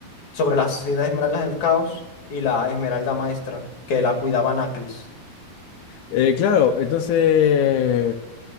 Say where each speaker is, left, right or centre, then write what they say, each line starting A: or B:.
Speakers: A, on the left; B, on the left.
A: sobre las siete esmeraldas del caos y la esmeralda maestra, que la cuidaba Knuckles.
B: eh, claro, entonces